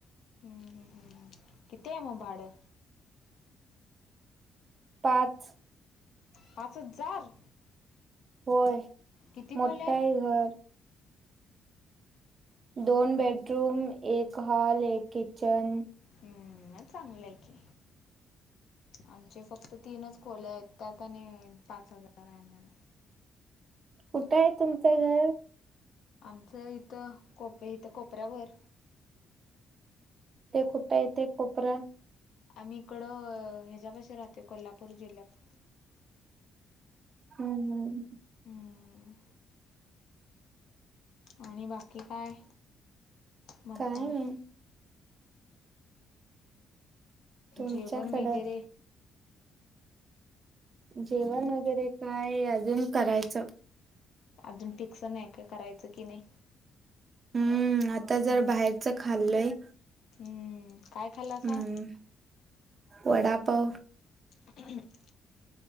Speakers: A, on the left (about 70°); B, on the right (about 40°).
A: हम्म हम्म हम्म किती आहे भाडं?
B: पाच
A: पाच हजार!
B: होय
A: किती
B: मोठा
A: खोल्या आहेत
B: आहे घर. दोन बेडरूम, एक हॉल, एक किचन.
A: हम्म चांगलं आहे की. आमचे फक्त तीनच खोले आहेत त्यात आणि पाच हजार आहे आम्हाला.
B: कुठं आहे तुमचं घर?
A: आमचं इथं कोपे इथं कोपऱ्यावर.
B: ते कुठं येते कोपऱ्या?
A: आम्ही इकडं ह्याच्यापशी राहतो कोल्हापूर जिल्ह्यात.
B: हम्म हम्म.
A: हम्म. आणि बाकी काय? म्हणताय
B: काय नाय. तुमच्याकडं
A: जेवण वगैरे
B: जेवण वगैरे काय अजून करायचं.
A: अजून टीक्सर नाही काय करायचं की नाही.
B: हम्म आता
A: हम्म
B: जर बाहेरच खाल्लंय.
A: हम्म. काय खाल्लासा
B: म्हणून वडापाव.
A: ह